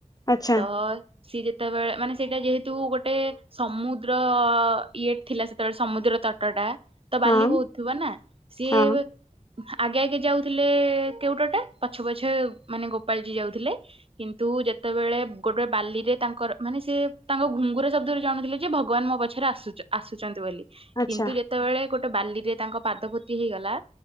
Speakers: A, on the left (about 25°); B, on the right (about 40°).
A: ଆଚ୍ଛା
B: ତ ସିଏ ଯେତେବେଳେ ମାନେ ସେଇଟା ଯେହେତୁ ଗୋଟେ ସମୁ ଦ୍ର ଇଏ ଥିଲା ସେତେବେଳେ ସମୁଦ୍ର ତଟଟା ତ
A: ହଁ
B: ବାଲି ବୋହୁତ୍ ଥିବ ନା ସିଏ
A: ହଁ
B: ଆଗେ ଆଗେ ଯାଉଥିଲେ କେଉଟଟା ପଛେ ପଛେ ମାନେ ଗୋପାଳଜୀ ଯାଉଥିଲେ। କିନ୍ତୁ ଯେତେବେଳେ ଗୋଟେ ବାଲିରେ ତାଙ୍କର ମାନେ ସେ ତାଙ୍କ ଘୁଙ୍ଗୁର ଶବ୍ଦ ରୁ ଜାଣୁଥିଲେ ଯେ ଭଗବାନ ମୋ ପଛରେ ଆସୁଚ ଆସୁଚନ୍ତି ବୋଲି
A: ଆଚ୍ଛା
B: କିନ୍ତୁ ଯେ ତେବେଳେ ଗୋଟେ ବାଲିରେ ତାଙ୍କ ପାଦ ପୋତି ହେଇଗଲା